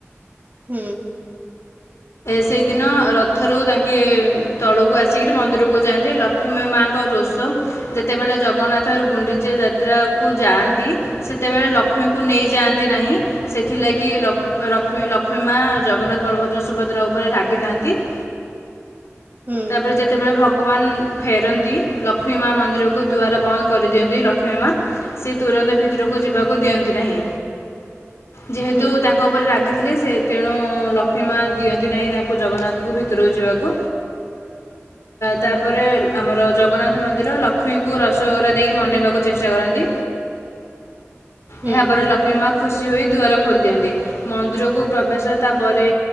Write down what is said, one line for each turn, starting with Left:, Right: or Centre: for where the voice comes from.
Right: ହୁଁ
Left: ସେଇଦିନ ରଥରୁ ତାଙ୍କେ ତଳକୁ ଆସିକିରି ମନ୍ଦିରକୁ ଯାଆନ୍ତି, ଲକ୍ଷ୍ମୀ ମାଙ୍କ ରୋଷ ଯେତେବେଳେ ଜଗନ୍ନାଥ ଗୁଣ୍ଡିଚ ଯାତ୍ରାକୁ ଯାଆନ୍ତି, ସେତେବେଳେ ଲକ୍ଷ୍ମୀଙ୍କୁ ନେଇଯାଆନ୍ତି, ନାହିଁ, ସେଥିଲାଗି ଲକ୍ଷ୍ମୀ ମା ଜଗନ୍ନାଥ ବଳଭଦ୍ର, ସୁ ସୁଭଦ୍ରା ଉପରେ ରାଗିଥାନ୍ତି <inaudible>
Right: ହୁଁ
Left: <inaudible> ତାପରେ ଯେତେବେଳେ ଭକ୍ତ ଭଗବାନ ଫେରନ୍ତି, ଲକ୍ଷ୍ମୀ ମା ମନ୍ଦିରକୁ ଦୁଆର ବନ୍ଦ କରିଦିଅନ୍ତି ଲକ୍ଷ୍ମୀ ମା ସେ ତୁରନ୍ତ ଭିତରକୁ ଯିବାକୁ ଦିଅନ୍ତି ନାହିଁ। ଯେହେତୁ
Right: ହୁଁ
Left: ତାଙ୍କ ଉପରେ ରାଗି ଥିଲେ ସେ ତେଣୁ ଲକ୍ଷ୍ମୀମା ଦିଅନ୍ତି ନାହିଁ ତାଙ୍କୁ ଜଗନ୍ନାଥଙ୍କୁ ଭିତରକୁ ଯିବାକୁ ତା ପରେ ଆମର ଜଗନ୍ନାଥ ମନ୍ଦିର ଲକ୍ଷ୍ମୀଙ୍କୁ ରସଗୋଲା ଦେଇ ମନେଇ ବାକୁ ଚେଷ୍ଟା କରନ୍ତି।
Right: ହୁଁ
Left: ଏହା ପରେ ଲକ୍ଷ୍ମୀ ମା ଖୁସି ହୋଇ ଦୁଆର ଖୋଲିଦିଅନ୍ତି, ମନ୍ଦିରକୁ ପ୍ରବେଶ ତାପରେ